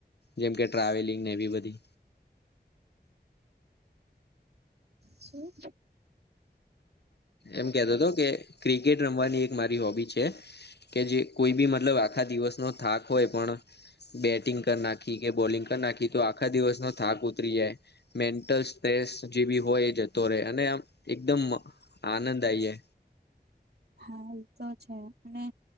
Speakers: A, on the left (about 75°); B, on the right (about 70°).
A: જેમકે ટ્રાવેલિંગને એવી બધી.
B: શું?
A: એમ કેતો અતો કે ક્રિકેટ રમવાની એક મારી હોબી છે. કે જે કોઈ બી મતલબ આખા દિવસનો થાક હોય પણ બેટિંગ કરી નાખી, કે બોલિંગ કરી નાખી, તો આખા દિવસનો થાક ઉતરી જાય. મેન્ટલ સ્ટ્રેસ જે બી હોય એ જતો રહે અને આમ એકદમ અ આનંદ આઈ જાય.
B: હા એ તો છે અને